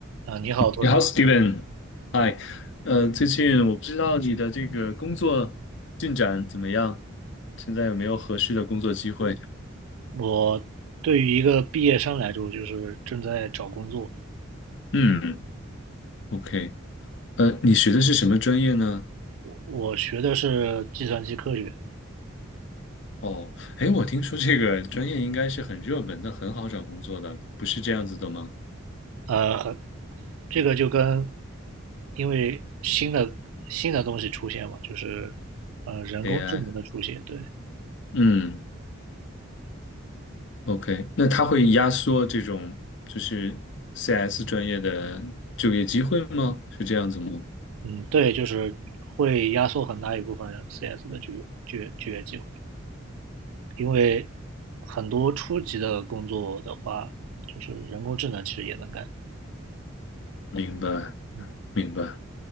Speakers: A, on the right; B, on the left.
A: 啊，你好，托尼。
B: 你好，Steven，嗨，呃，最近我不知道你的这个工作进展怎么样，现在有没有合适的工作机会？
A: 我对于一个毕业生来说，就是正在找工作。
B: 嗯，OK，呃，你学的是什么专业呢？
A: 我学的是计算机科学，
B: 哦，哎，我听说这个专业应该是很热门的，很好找工作的，不是这样子的吗
A: 呃，这个就跟因为新的新的东西出现嘛，就是呃人工智能的出现，
B: ？AI，
A: 对，
B: 嗯，OK，那它会压缩这种就是 CS 专业的就业机会吗？是这样子吗？
A: 嗯，对，就是会压缩很大一部分 CS 的就业就业就业机会，因为很多初级的工作的话，就是人工智能其实也能干，
B: 明白，
A: 嗯。
B: 明白。